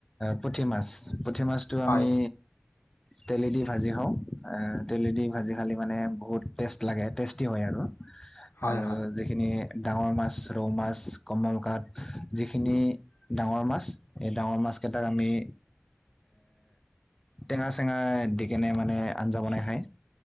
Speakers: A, on the left; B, on the left.
A: পুঠি মাছ পুঠি মাছটো
B: হয়,
A: আমি তেলে দি ভাজি খাওঁ, তেলে দি ভাজি খালি মানে বহুত টেষ্ট লাগে, টেষ্টি হয় আৰু
B: হয়,
A: আৰু
B: হয়,
A: যিখিনি ডাঙৰ মাছ ৰৌ মাছ, কমন কাত যিখিনি ডাঙৰ মাছ এই ডাঙৰ মাছকেইটাক আমি টেঙা চেঙা দি কেনে মানে আঞ্জা বনাই খায়।